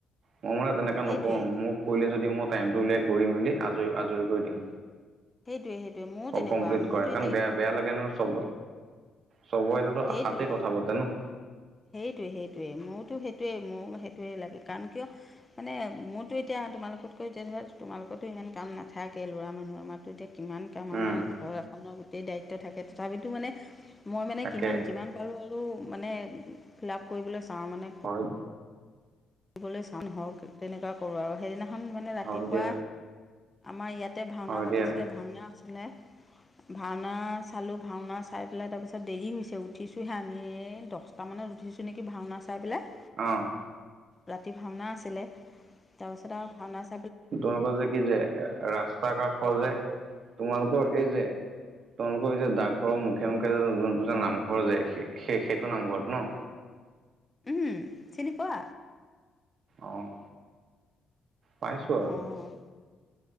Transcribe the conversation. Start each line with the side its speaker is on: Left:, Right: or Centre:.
Right: মই মানে তেনেকা
Left: সেইটোৱেই
Right: নকৰো মোক কৰিলে যদি মই টাইমটো উলিয়াই কৰি মেলি আজৰি আজৰি কৰি দিওঁ।
Left: সেইটোৱে সেইটোৱে ময়ো তেনেকুৱা
Right: অ কমপ্লিট
Left: মোৰতো
Right: কৰায় কাৰণ
Left: এতিয়া
Right: বেয়া বেয়া লাগে ন চব চবৰেটো
Left: সেইটোৱেই
Right: আশাতে কথা পাতে ন।
Left: সেইটোৱে সেইটোৱে মইয়োটো সেইটোৱে মোৰ সেইটোৱেই লাগে কাৰণ কিয়, মানে মোৰতো এতিয়া তোমালোকতকৈ যে ধৰা তোমালোকতো ইমান কাম নাথাকে ল'ৰা মানুহ আমাৰতো এতিয়া কিমান কাম আমাৰ
Right: উম
Left: ঘৰ এখনৰ গোটেই দায়িত্ব থাকে তথাপিতো মানে মই মানে
Right: তাকে
Left: কিমান যিমান পাৰো আৰু মানে ফিল আপ কৰিবলৈ চাওঁ মানে।
Right: হয়।
Left: কৰিবলৈ চাওঁ হওক তেনেকুৱা কৰো আৰু সেইদিনা খন মানে ৰাতিপুৱা
Right: হয় দিয়া
Left: আমাৰ ইয়াতে ভাওঁনা
Right: হয়
Left: পাতিছিলে
Right: দিয়া
Left: ভাওঁনা আছিলে ভাওঁনা চালো ভাওঁনা চাই পেলাই তাৰপিছত দেৰি হৈছে উঠিছোহে আমি দহ তামানানে উঠিছোঁ নেকি ভাওনা চাই পেলাই।
Right: অঁ।
Left: ৰাতি ভাওনা আছিলে তাৰপিছত আৰু ভাওনাচ
Right: তোনক যে কি যে ৰাস সজে তোমালোকৰ এই যে তোমালোকৰ এই যে দাগ ঘৰৰ মুখে মুখে যে যোনটো যে নামঘৰ যায় সেই সেইটো নামঘৰত ন
Left: উম চিনি পোৱা।
Right: অঁ পাইছো আৰু।
Left: অঁ